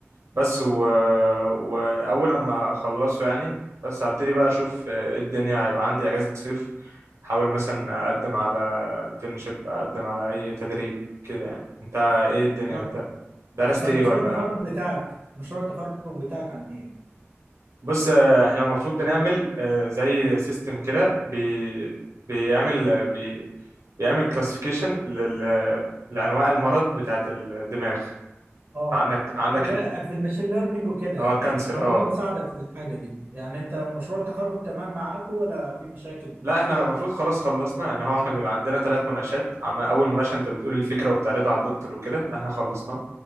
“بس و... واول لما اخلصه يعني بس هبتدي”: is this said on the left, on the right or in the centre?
Right